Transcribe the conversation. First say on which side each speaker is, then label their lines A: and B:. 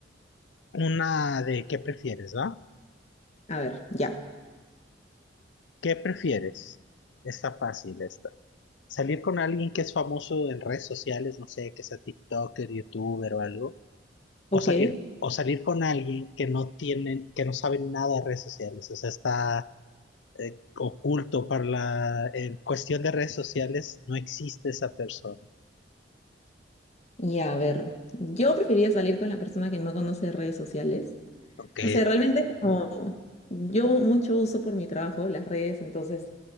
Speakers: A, on the left; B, on the left.
A: una de ¿qué prefieres, va?
B: A ver, ya.
A: ¿Qué prefieres? Está fácil esta. Salir con alguien que es famoso en redes sociales, no sé, que sea TikToker, YouTuber o algo, o
B: Ok.
A: salir, o salir con alguien que no tienen, que no saben nada de redes sociales, o sea, está eh, oculto para la en cuestión de redes sociales, no existe esa persona.
B: Ya, a ver. Yo preferiría salir con la persona que no conoce redes sociales
A: Ok,
B: No sé, realmente como yo mucho uso por mi trabajo las redes, entonces